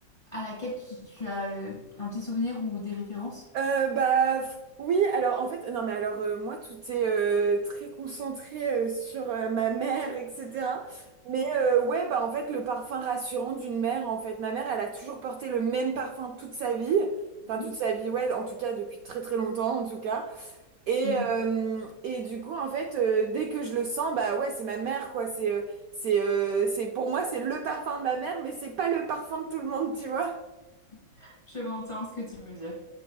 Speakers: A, on the left (about 20°); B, on the right (about 75°).
A: à laquelle tu, tu as euh, un petit souvenir ou des références.
B: Euh, bah f- oui, alors en fait, non mais alors euh, moi tout est euh, très concentré euh, sur euh, ma mère, etc. Mais euh, ouais, bah en fait le parfum rassurant d'une mère, en fait, ma mère elle a toujours porté le même parfum toute sa vie, enfin
A: Mhm.
B: toute sa vie, ouais, en tout cas depuis très très longtemps en tout cas. Et,
A: Mhm.
B: euh, et du coup, en fait, euh, dès que je le sens, bah ouais, c'est ma mère, quoi. C'est, euh, c'est, euh, c'est, pour moi, c'est le parfum de ma mère, mais c'est pas le parfum de tout le monde, tu vois.
A: <laughs> Je vois entièrement ce que tu veux dire.